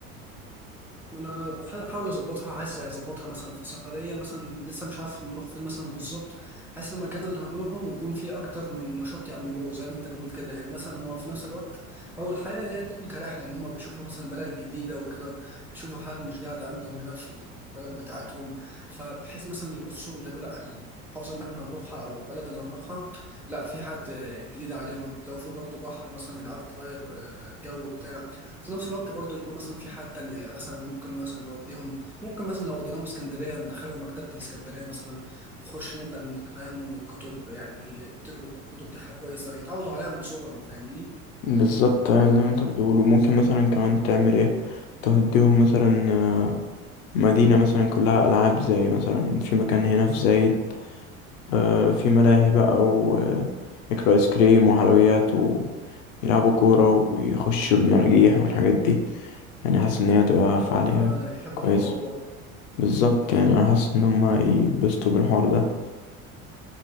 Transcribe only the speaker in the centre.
ما انا بحاول اظبطها عايز اظبطها مثلا في سفريه مثلا لسه مش عارف نروح فين مثلا بالظبط حاسس المكان اللي هنروحه يكون فيه اكتر من نشاط يعملوه زي ما انت بتقول كده يعني مثلا هو في نفس الوقت اول حاجه اللي هي تكون كرحله ان هم بيشوفوا مثلا بلد جديده وكده بيشوفوا حاجات مش قاعده عندهم هنا في البلد بتاعتهم فبحيث مثلا يبصوا يلاقوا لا المحافظه اللي احنا هنروحها او البلد اللي هنروحها لا في حد جديد عليهم لو في برضه بحر مثلا العيال تغير آه، جو بتاع في نفس الوقت برضه يكون مثلا في حاجات تانية يعني مثلا ممكن مثلا نوديهم ممكن مثلا لو وديناهم اسكندرية ندخلهم مكتبة الاسكندرية مثلا نخش نبدأ نفهمهم الكتب يعني تجروا الكتب دي حاجة كويسة يتعودوا عليها من صغرهم فاهمني؟
أيوة
فعلا يحبوا
الموضوع